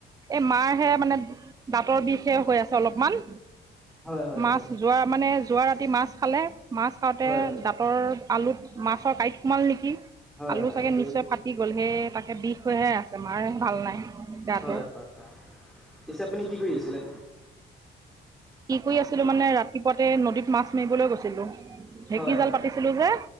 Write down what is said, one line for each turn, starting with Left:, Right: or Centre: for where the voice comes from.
Right: এই মাৰহে মানে দাঁতৰ বিষহে হৈ আছে অলপমান।
Centre: হয় হয়
Right: মাছ
Centre: হয়
Right: যোৱা মানে যোৱা ৰাতি মাছ খালে, মাছ খাওঁতে
Centre: হয় হয়
Right: দাঁতৰ আলুত মাছৰ কাঁইট সোমাল নেকি।
Centre: হয়
Right: আলু
Centre: হয়
Right: চাগে
Centre: এইটো
Right: নিশ্চয় ফাটি গল সেই তাকে বিষ হৈহে আছে মাৰ ভাল নাই গাটো
Centre: হয় হয় হয়, পিছে আপুনি কি কৰি আছিলে?
Right: কি কৰি আছিলো মানে ৰাতিপুৱাতে নদীত মাছ মাৰিবলৈ গৈছিলোঁ। ঢেঁকী
Centre: হয়
Right: জাল
Centre: হয়
Right: পাতিছিলো
Centre: হয়
Right: যে,